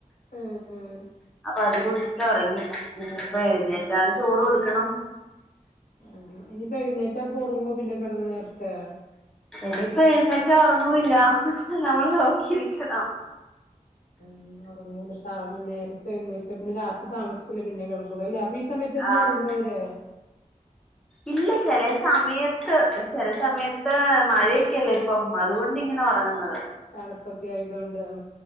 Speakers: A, on the left (about 85°); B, in the centre.
A: ഉം ഉം
B: അപ്പൊ അത് കുടിച്ചിട്ട് ഉറങ്ങി ഇനി ഇപ്പോ എഴുന്നേറ്റാല് ചോറ് കൊടുക്കണം
A: ആഹ് ഇനിയിപ്പോ എഴുന്നേറ്റാ അപൊറങ്ങോ പിന്നെ കിടന്ന് നേരത്തെ
B: ഇനിയിപ്പോ എഴുന്നേറ്റാ ഉറങ്ങൂല്ലാ നമ്മൾ നോക്കിയിരിക്കണം
A: ഉം ഉറങ്ങുലെ താം നേരത്തെയ്ന്നേറ്റ് പിന്നെ രാത്രി താമസിച്ചല്ലേ പിന്നെ കിടകൊള്ളു അല്ലാ അപ്പൊ ഈ സമയത്ത് എന്നും
B: ആഹ്
A: ഉറങ്ങോ അവര്
B: ഇല്ല ചില സമയത്ത് ചില സമയത്ത് മഴയൊക്കെയല്ലേ ഇപ്പം അതുകൊണ്ടിങ്ങനെ ഉറങ്ങുന്നത്
A: തണുപ്പൊക്കെ ആയതുകൊണ്ട് ആ